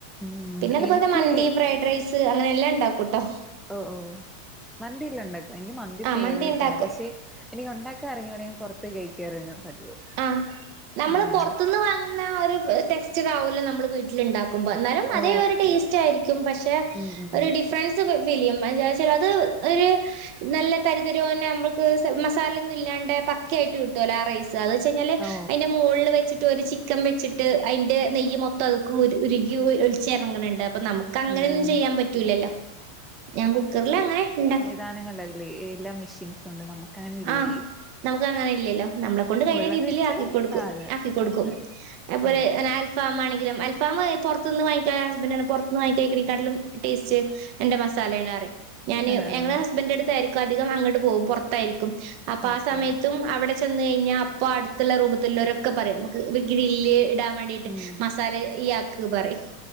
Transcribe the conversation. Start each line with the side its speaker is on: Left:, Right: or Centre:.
Centre: ഉം
Right: പിന്നെ അതുപോലെ
Centre: എനിക്ക്
Right: മന്തി ഫ്രൈഡ് റൈസ് അങ്ങനെ എല്ലാം ഉണ്ടാക്കും കേട്ടോ
Centre: ഓ ഓ മന്തിയെല്ലാണ്ടാക്കോ എനിക്ക് മന്തി
Right: ആ
Centre: ഫേവറിറ്റാണ്
Right: ഉണ്ടാക്കും
Centre: പക്ഷെ എനിക്ക് ഉണ്ടാക്കാൻ അറിഞ്ഞൂടാ ഞാൻ പുറത്ത് പോയി കഴിക്കാറാണ് പതിവ്
Right: ആഹ് നമ്മള്
Centre: ഉം
Right: പുറത്തുന്ന് വാങ്ങുന്ന ഒരു ടെസ്റ്റർ ആവൂല നമ്മൾ വീട്ടിലുണ്ടാക്കുമ്പൊ എന്നാലും അതേ
Centre: ഓ
Right: ഒരു ടേസ്റ്റ് ആയിരിക്കും പക്ഷെ
Centre: ഉം ഉം
Right: ഒരു ഡി ഫ്രെറെൻസ് ഫീൽ ചെയ്യും അത് എന്താന്ന് വെച്ചാൽ അത് ഒരു നല്ല തരിതരി പോന്നെ നമ്മുക്ക് മസാലൊന്നും ഇല്ലാണ്ട് പക്ക ആയിട്ട് കിട്ടുവല്ലോ ആ റൈസ് അത് വെച്ചങ്കില്
Centre: ഓ
Right: അതിന്റെ മുകളിൽ വെച്ചിട്ട് ഒരു ചിക്കൻ വെച്ചിട്ട് അതിന്റെ നെയ്യ് മൊത്തം അതിൽക്ക് ഉരുകി ഒലിച്ചിറങ്ങണ്ട് അപ്പൊ നമുക്ക് അങ്ങനെയൊന്നും
Centre: ആഹ്
Right: ചെയ്യാൻ പറ്റൂലല്ലോ ഞാൻ കുക്കറിൽ അങ്ങനെ ഉണ്ടാക്കും
Centre: സാനങ്ങളെല്ലാം എല്ലാ മെഷീൻസും ഉണ്ട് നമുക്ക് അങ്ങനെ ഇല്ലല്ലോ
Right: ആ നമുക്ക് അങ്ങനെ ഇല്ലല്ലോ നമ്മളെ കൊണ്ട് കഴിയുന്ന
Centre: ഉള്ളത്
Right: രീതിൽ
Centre: വെച്ച്
Right: ആക്കിക്കൊടുക്കും
Centre: ആ അതെ
Right: ആക്കിക്കൊടുക്കും
Centre: അതാണ്
Right: അത്പോലെ
Centre: ഓ
Right: അൽഫാമാണെങ്കിലും അൽഫാം പുറത്ത് നിന്ന് വാങ്ങിക്കാ ഹസ്ബന്റ് പറഞ്ഞു പുറത്തുന്ന് വാങ്ങിക്കുന്ന തിനെക്കാട്ടിലും ടേസ്റ്റ് എന്റെ മസാലേണ്ന്ന് പറയും ഞാന്
Centre: ആഹ് ആഹ്
Right: ഞങ്ങള് ഹസ്ബന്റട്ത്തായിരിക്കും അധികം അങ്ങ്ട് പോവും പൊറത്തായിരിക്കും അപ്പാ
Centre: ഓക്കെ
Right: സമയത്തും
Centre: ഓക്കെ
Right: അവിടെ ചെന്ന് കയിഞ്ഞാ അപ്പൊ അടുത്തുള്ള റൂമത്തുള്ളൊരൊക്കെ പറയും നമക്ക് ഗ്രില്ല് ഇടാൻ വേണ്ടിട്ട്
Centre: ഉം
Right: മസാല ഇയ്യാക്ക് പറയും